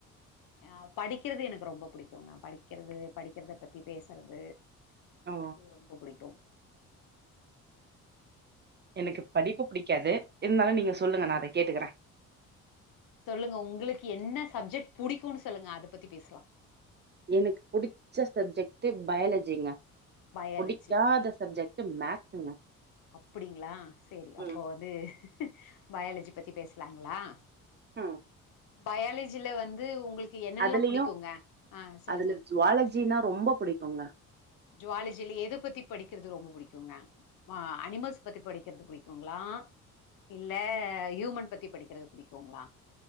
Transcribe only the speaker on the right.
ஓ
எனக்கு படிப்பு புடிக்காது இருந்தாலும் நீங்க சொல்லுங்க ந அதை கேட்டுக்குறேன்
எனக்கு புடிச்ச சப்ஜெக்ட் பயாலஜிங்க
புடிக்காத சப்ஜெக்ட் மேக்ஸுங்க
ம்
ம்
அதுலயு
அதுல ஜுவாலஜினா ரொம்ப புடிக்குங்க